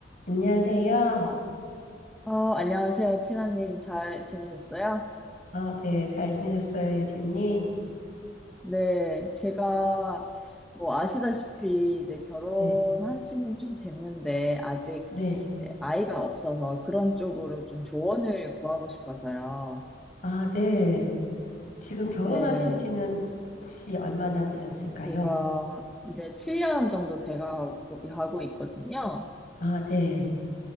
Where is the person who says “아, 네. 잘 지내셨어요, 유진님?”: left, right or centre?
Left